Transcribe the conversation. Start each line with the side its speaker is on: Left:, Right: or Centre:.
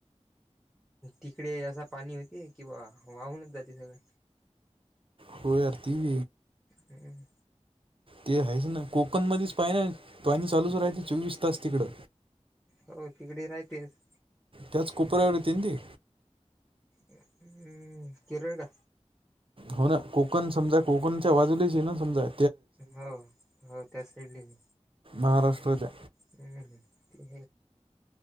Centre: तिकडे असं पाणी होते किंवा वाहूनच जाते सगळं
Right: होयारती व
Centre: हम्
Right: ते आहेच ना कोकण मध्येच पाहि ना पाणी चालूच राहते चोवीस तास तिकडं
Centre: हो तिकडे राहतेस
Right: त्याच कुपऱ्यावर तीन ती
Centre: हम्म किरळ का
Right: हो ना कोकण समजा कोकणच्या बाजूलीच ना समजाय
Centre: हो हो त्या सईड म
Right: महाराष्ट्राच्या
Centre: हम् ह ते